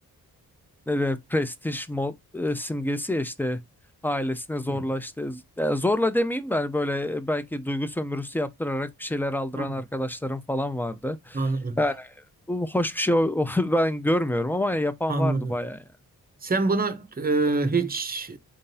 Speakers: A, in the centre; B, on the right.
A: ne demek prestij mo- e, simgesi ya işte ailesine zorla
B: Hı.
A: işte z- ya zorla demeyeyim de hani böyle e, belki duygu sömürüsü yaptırarak bir şeyler aldıran
B: Hı.
A: arkadaşlarım falan vardı.
B: Anladım.
A: Yani bu hoş bir şey o- <laughs> ben görmüyorum ama yapan
B: Anladım.
A: vardı bayağı yani.
B: Sen bunu e, hiç